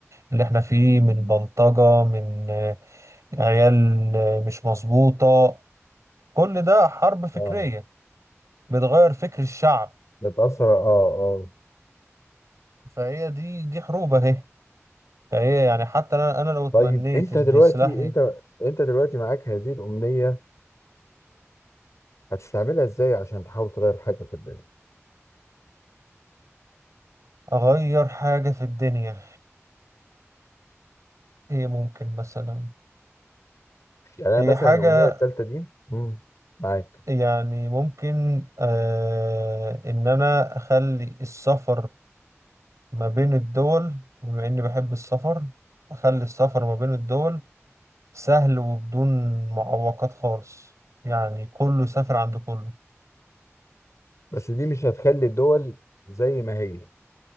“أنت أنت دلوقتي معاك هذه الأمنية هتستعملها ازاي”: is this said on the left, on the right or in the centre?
Left